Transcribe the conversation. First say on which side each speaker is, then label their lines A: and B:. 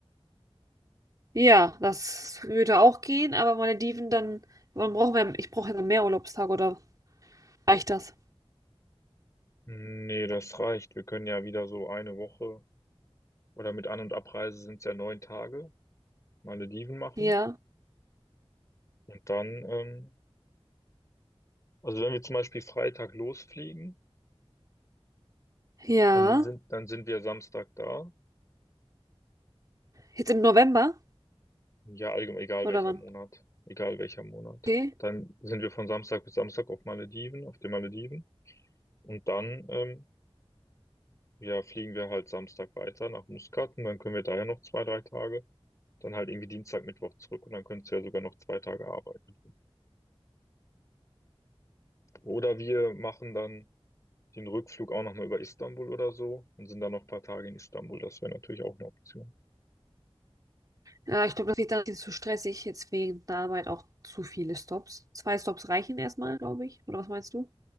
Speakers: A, on the right (about 35°); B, on the left (about 30°).
A: Ja, das würde auch gehen, aber Malediven dann, wann brauchen wir, ich brauche ja dann mehr Urlaubstage oder reicht das?
B: Nee, das reicht. Wir können ja wieder so eine Woche oder mit An- und Abreise sind es ja neun Tage Malediven machen.
A: Ja,
B: Und dann, ähm, also wenn wir zum Beispiel Freitag losfliegen,
A: ja.
B: dann sind, dann sind wir Samstag da.
A: Jetzt im November
B: Ja, allgemein, egal
A: oder
B: welcher
A: wann?
B: Monat. Egal welcher Monat.
A: Okay.
B: Dann sind wir von Samstag bis Samstag auf Malediven, auf den Malediven. Und dann, ähm, Ja, fliegen wir halt Samstag weiter nach Muscat und dann können wir da ja noch zwei, drei Tage. Dann halt irgendwie Dienstag, Mittwoch zurück und dann könntest du ja sogar noch zwei Tage arbeiten. Oder wir machen dann den Rückflug auch nochmal über Istanbul oder so und sind dann noch ein paar Tage in Istanbul. Das wäre natürlich auch eine Option.
A: Ja, ich glaube, das wird dann ein bisschen zu stressig, jetzt wegen der Arbeit auch zu viele Stops. Zwei Stops reichen erstmal, glaube ich. Oder was meinst du?